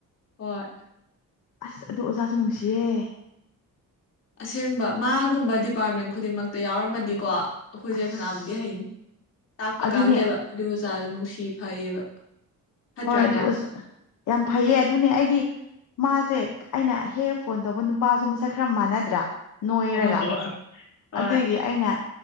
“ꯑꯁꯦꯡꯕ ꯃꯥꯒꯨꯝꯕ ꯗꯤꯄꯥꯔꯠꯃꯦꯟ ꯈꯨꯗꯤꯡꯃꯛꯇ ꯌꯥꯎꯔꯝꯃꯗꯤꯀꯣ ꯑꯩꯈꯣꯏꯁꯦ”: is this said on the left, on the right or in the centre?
Left